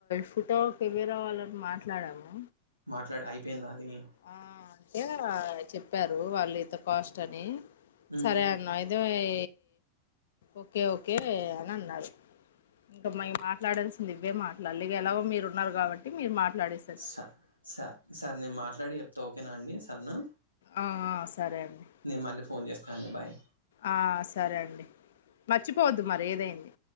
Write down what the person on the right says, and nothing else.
మాట్లాడ అయిపోయిందా అండి మీ
ఉమ్,
స స సరే నేను మాట్లాడి చెప్తా ఓకేనా అండి సర్నా
నేను మళ్ళీ ఫోన్ చేస్తా అండి బాయ్